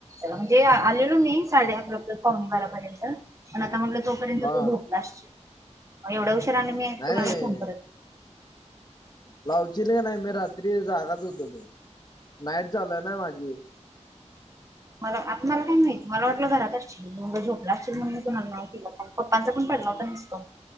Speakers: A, on the right; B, on the left.
A: <inaudible> म्हणजे आलेलो मी साडे अकरा पर्यंत पावणे बारापर्यंत पण आता म्हटलं तो तो पर्यंत
B: हा.
A: तो झोपला असेल एवढ्या उशीर आणि मी
B: नाही
A: कुणाला फोन करत.
B: लावचील का नाही मी रात्री जागाच होतो की नाईट चालूय ना माझी.
A: मला आत्माला काय माहित मला वाटलं घरात असशील. मिनी म्हणलो झोपला असशील म्हणून मी कुणाला नाय केला फोन पप्पांचा पण पडला होता मिस कॉल.